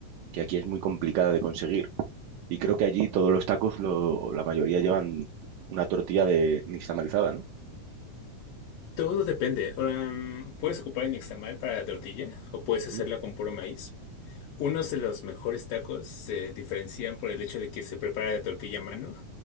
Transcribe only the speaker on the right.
que aquí es muy complicada de conseguir. Y creo que allí todos los tacos, lo- la mayoría llevan una tortilla de nixtamalizada, ¿no?
¿Mm?